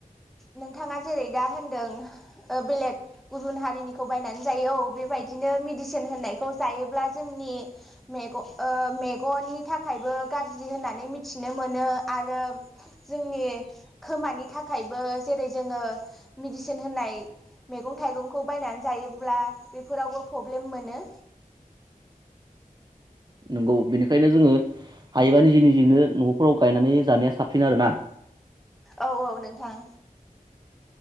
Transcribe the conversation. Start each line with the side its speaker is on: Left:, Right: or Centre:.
Centre: नोंथाङा जेरै दा होन्दों ओ बेलेग गुबुन हा हारिनिखौ बायनानै जायो औ बेबायदिनो मेडिसिन होनायखौ जायोब्ला जोंनि मेग-मेगननि थाखायबो गाज्रि होन्नानै मिथिनो मोनो आरो जोंनि खोमानि थाखायबो जेरै जोङो मेडिसिन होननाय मैगं थाइगंखौ बायनानै जायोब्ला बेफोरावबो प्रब्लेम मोनो‌।
Right: नंगौ बेनिखायनो जोङो हायोबा निजे निजिनो नफोराव गायनानै जानाया साबसिन आरोना।
Centre: औ औ नोंथां।